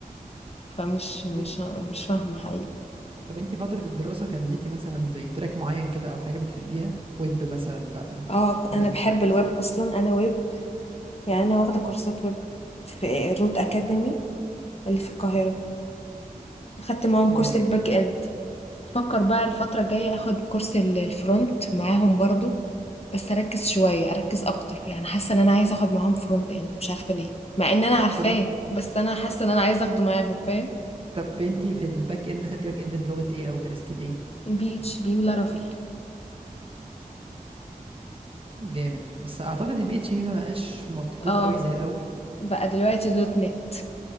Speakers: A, on the left; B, on the right.
A: فمش مش
B: بت...
A: مش فاهمه حقيقي
B: طب انت فتره الدراسه كان ليكي مثلا زي تراك معين كده او حاجه بتحبيها ويب مثلا بقى
A: اه
B: داتا
A: انا بحب
B: ساينس
A: الويب اصلا انا ويب يعني انا واخده كورسات ويب في روت اكاديمي اللي في القاهره اخدت معاهم
B: جامد
A: كورس الباك اند بفكر بقى الفتره الجايه اخد كورس ال- الفرونت معاهم برضو بس اركز شويه اركز اكتر يعني حاسه ان انا عايزه اخد معاهم فرونت اند مش عارفه ليه مع ان انا عارفاه
B: طب انت
A: بس انا حاسه ان انا عايزه اخده معاهم فاهم
B: طب انت في الباك اند خدتي باك اند بلغه ايه او درستي بايه
A: بي اتش بي ولارافيل
B: جامد بس اعتقد البي اتش بي ما بقاش مطلوب
A: اه
B: قوي زي الاول
A: بقى دلوقتي دوت نت